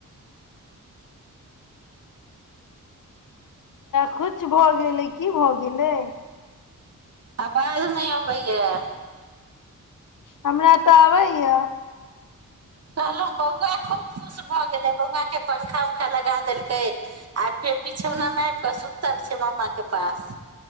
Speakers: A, on the left; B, on the right.
A: किछु भऽ गेलै की भऽ गेलै
B: आबाज नहि हो भैयए
A: हमरा तऽ आबैए
B: कहलहु बौआ खूब खुश भऽ गेलै बौआ के पंखा उंखा लगा देलकै आब फे बिछौना मे आब कऽ सुूतल छै मामा के पास